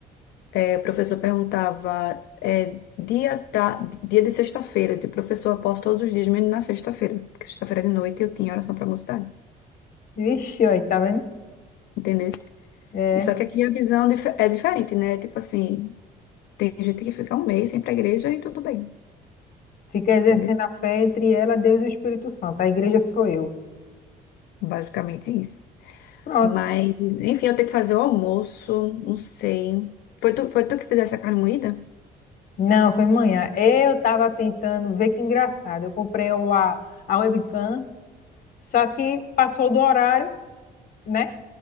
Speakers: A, on the left; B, on the left.
A: eh, o professor perguntava, eh, dia, ta- dia de sexta-feira. Eu dizia, professor, eu posso todos os dias, menos na sexta-feira. Porque sexta-feira de noite eu tinha oração pra mocidade.
B: Vixe, aí, tá vendo?
A: Entendesse?
B: É,
A: E só que aqui a visão dife- é diferente, né? Tipo assim. Tem gente que fica um mês sem ir pra igreja e tudo bem,
B: fica exercendo
A: entendeu?
B: a fé entre ela, Deus e o Espírito Santo. A igreja sou eu.
A: Basicamente isso.
B: Pronto.
A: Mas, enfim, eu tenho que fazer o almoço, não sei. Foi tu, foi tu que fizesse a carne moída?
B: Não, foi manhã. Eu estava tentando ver que engraçado. Eu comprei o, a, a webcam, só que passou do horário, né?